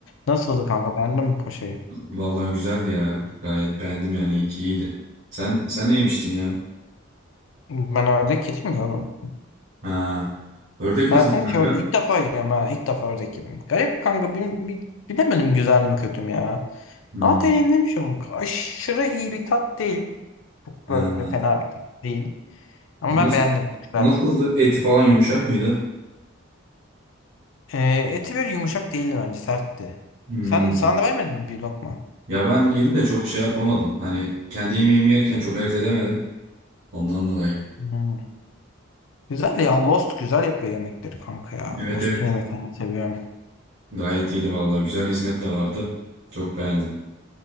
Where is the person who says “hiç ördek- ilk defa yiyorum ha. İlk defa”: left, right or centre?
Left